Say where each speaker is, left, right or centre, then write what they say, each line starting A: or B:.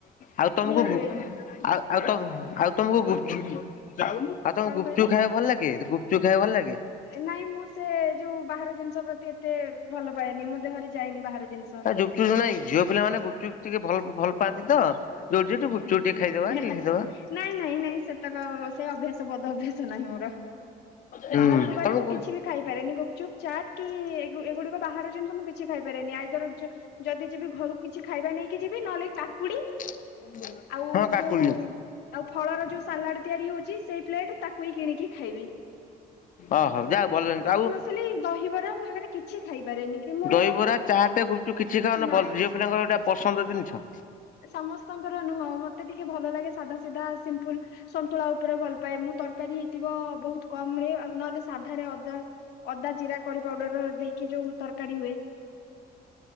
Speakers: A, on the left; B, on the left.
A: ଆଉ ତମକୁ
B: ଇଏ ହୁଏ।
A: ଆଉ ଆଉ ତ ଆଉ ତମକୁ ଗୁପଚୁପ ଆଉ ତମକୁ
B: କଣ
A: ଗୁପଚୁପ
B: କହିଲେ
A: ଖାଇବାକୁ ଭଲ ଲାଗେ ଗୁପଚୁ ଚୁପ ଖାଇବାକୁ ଭଲ ଲାଗେ?
B: ନାଇଁ ମୁଁ ସେ ଯୋଉ ବାହାର ଜିନିଷ ପ୍ରତି ଏତେ ଭଲ ପାଏନି। ମୋ ଦେହରେ ଯାଏନି ବାହାର ଜିନିଷ।
A: ଗୁପଚୁପୁ ନାଇ। ଝିଅ ପିଲା ମାନେ ଗୁପଚୁପ ଟିକେ ଭଲ ଭଲ ପାଆନ୍ତି ତ ଯୋଉଠି ସେଠି ଗୁପଚୁପ୍
B: ଆଜ୍ଞା
A: ଟିକେ ଖାଇଦବା ଟିକେ ଖାଇଦବା
B: ନାଇଁ ନାଇଁ ନାଇଁ ସେତେକ ସେ ଅଭ୍ୟାସ ତେ ବଦ ଅଭ୍ୟାସ ନାହିଁ ମୋର।
A: ହୁଁ
B: ବାହାରକୁ ଗଲେ
A: ତମକୁ
B: ମୁଁ କିଛି ବି ଖାଇପାରେନି ଗୁପଚୁପ୍ ଚାଟ କି ଏଗୁଡ ବାହାର ଜିନିଷ ମୁ କିଛି ଖାଇପାରେନି। ଆଇଦ ଯଦି ଯିବି ଘରୁ କିଛି ଖାଇବା ନେଇକି ଯିବି ନହେଲେ କାକୁଡି
A: <inaudible>
B: ଆଉ
A: କାକୁଡି
B: ଯୋଉ ଆଉ ଫଳର ଯୋଉ ସାଲାଡ ତିଆରି ହଉଚି ସେଇ ପ୍ଲେଟ ତାକୁ ହିଁ କିଣିକି ଖାଇବି।
A: ଓ ହଉ ଯା ଭଲ ଜିନିଷ। ଆଉ
B: କ୍ ଚୋଲି ଦହିବରା ଫ ବରା କିଛି ଖାଇପାରେନି କି ମୁ
A: ଦହିବରା ଚାଟ ଗୁପଚୁପ୍ କିଛି ଖାଅନା
B: ନାଇଁ।
A: ଝିଅ ପିଲାଙ୍କର ଗୋଟା ପସନ୍ଦ ଜିନିଷ।
B: ସମସ୍ତଙ୍କର ନୁହଁ ମତେ ଭଲ ଲାଗେ ସାଧା ସିଧା ସିମ୍ପଲ ସନ୍ତୁଳା ଉପରେ ଭଲ ପାଏ ମୁଁ ତର ତରକାରୀ ହେଇଥିବ। ବହୁତ କମରେ ନହେଲେ ସାଧାରେ ଅଦା ଅଦା ଜିରା କରି ପାଉଡର ଦେଇକି ଯୋଉ ତରକାରୀ ହୁଏ।